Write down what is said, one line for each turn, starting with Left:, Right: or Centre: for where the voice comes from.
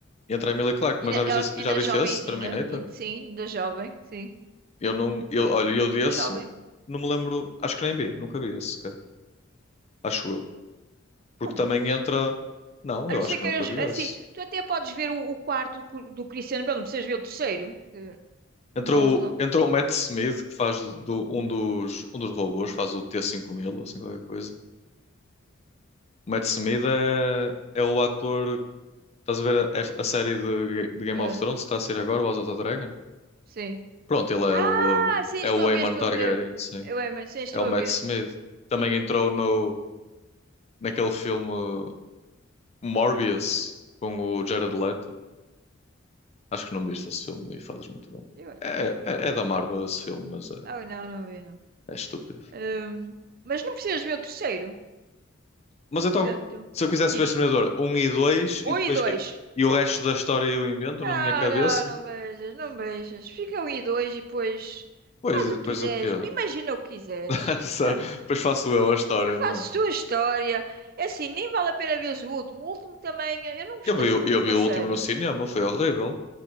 Left: Entra a Emilia Clarke,
Right: Ainda,
Left: mas já viste
Right: ela
Left: esse,
Right: ainda
Left: já viste
Right: jovenzinha.
Left: esse Terminator?
Right: ainda- Sim, ainda jovem. Sim.
Left: Eu não. Eu, olha, eu desse
Right: Mas jovem,
Left: não me lembro. Acho que nem vi, nunca vi esse sequer. Acho eu. Porque
Right: não vejas.
Left: também entra. Não,
Right: A
Left: eu
Right: não ser
Left: acho que
Right: que
Left: nunca
Right: eras
Left: vi
Right: assim,
Left: esse.
Right: tu até podes ver o, o quarto cu- do Cristiano Belo, não precisas ver o terceiro. que Não,
Left: Entrou,
Right: não,
Left: entrou o Matt Smith, que faz do, um dos, um dos robôs, faz o T-5000, ou assim qualquer coisa. O Matt Smith é, é o ator. Estás a ver a, a série de, de Game
Right: é,
Left: of Thrones que está a sair agora, o House of the Dragon?
Right: sim.
Left: Pronto, ele
Right: Ah,
Left: é o, uh,
Right: sim,
Left: é
Right: estou
Left: o
Right: a
Left: Aemon
Right: ver, estou
Left: Targaryen,
Right: a ver.
Left: sim.
Right: Eu é, mas sim, estou
Left: É o Matt
Right: a ver.
Left: Smith. Também
Right: Sim,
Left: entrou no, naquele filme uh, Morbius, com o Jared Leto. Acho que não viste esse filme e fazes muito bem.
Right: eu, é,
Left: É,
Right: é,
Left: é,
Right: é,
Left: é da
Right: certo.
Left: Marvel esse filme, mas é,
Right: oh, não, não vi, não.
Left: é estúpido.
Right: Hum, mas não precisas ver o terceiro,
Left: Mas então,
Right: portanto,
Left: se eu quisesse
Right: diz.
Left: ver Exterminador um e 2 e
Right: Um
Left: depois
Right: e dois.
Left: que. E o resto da história eu invento
Right: Não,
Left: na minha cabeça?
Right: não, não beijas, não beijas. Fica um e dois e depois
Left: Pois,
Right: faz
Left: e depois
Right: o que quiseres,
Left: o quê?
Right: imagina o que quiseres.
Left: <laughs> Sério,
Right: Ah.
Left: Depois faço eu a história,
Right: Fazes
Left: não é?
Right: tua história. É assim, nem vale a pena veres o último. O último também, eu não gostei
Left: Eu vi,
Right: do
Left: o-
Right: último,
Left: eu vi
Right: a
Left: o
Right: sério.
Left: último no cinema, foi horrível.